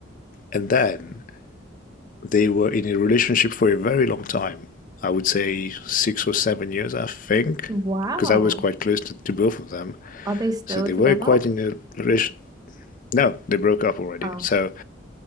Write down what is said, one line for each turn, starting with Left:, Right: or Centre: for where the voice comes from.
Left: and then they were in a relationship for a very long time. I would say six or seven years, I think,
Right: Wow.
Left: because I was quite close to, to both of them.
Right: Are they still
Left: So they
Right: together?
Left: were quite in a relationship. No, they broke up already.
Right: Oh,
Left: So